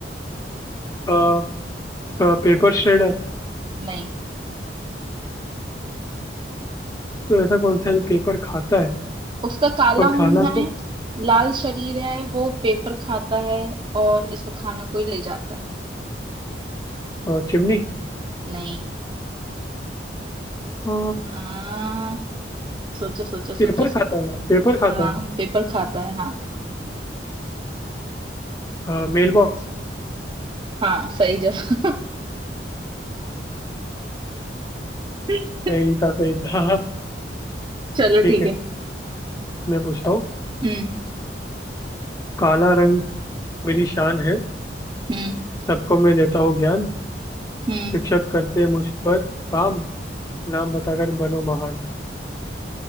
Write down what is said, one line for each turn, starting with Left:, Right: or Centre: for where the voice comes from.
Left: आ, आ, पेपर श्रेडर
Right: नहीं
Left: तो ऐसा कौन सा है जो पेपर खाता है
Right: उसका काला
Left: और
Right: मुंह
Left: खाना को
Right: है लाल शरीर है वो पेपर खाता है और इसका खाना कोई ले जाता है
Left: अ, चिमनी
Right: नहीं
Left: अ,
Right: हाँ सोचो सोचो
Left: पेपर
Right: सोचो सोचो
Left: खाता है पेपर खाता
Right: हाँ पेपर खाता है हाँ
Left: है मेल बॉक्स
Right: हाँ सही जवाब <laughs>
Left: सही था सही था हाँ, हाँ,
Right: चलो
Left: ठीक
Right: ठीक
Left: है
Right: है
Left: मैं पूछता हूँ
Right: हम्म
Left: काला रंग मेरी शान है
Right: हम्म
Left: सबको मैं देता हूँ ज्ञान
Right: हम्म
Left: शिक्षक करते मुझ पर काम नाम बताकर बनो महान